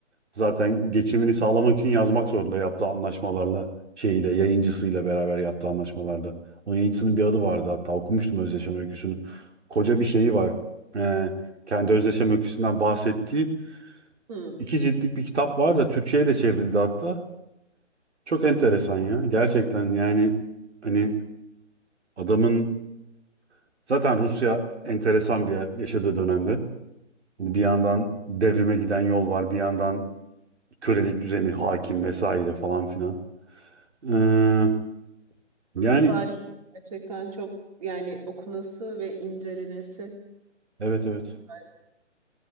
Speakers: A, on the right; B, on the right.
A: Zaten geçimini sağlamak için yazmak zorunda yaptığı anlaşmalarla şeyle yayıncısıyla beraber yaptığı anlaşmalarda. Onun yayıncısının bir adı vardı hatta okumuştum özdeşem öyküsünü. Koca bir şeyi var. Ee, kendi özdeşem öyküsünden bahsettiği
B: Hmm.
A: iki ciltlik bir kitap var da Türkçe'ye de çevrildi hatta. Çok enteresan ya. Gerçekten yani hani adamın zaten Rusya enteresan bir yer yaşadığı dönemde. Hani Bir yandan devrime giden yol var, bir yandan kölelik düzeni hakim vesaire falan filan. Ee, yani
B: Rus tarihi gerçekten çok yani okunası ve incelenesi.
A: evet evet.
B: bir tarih.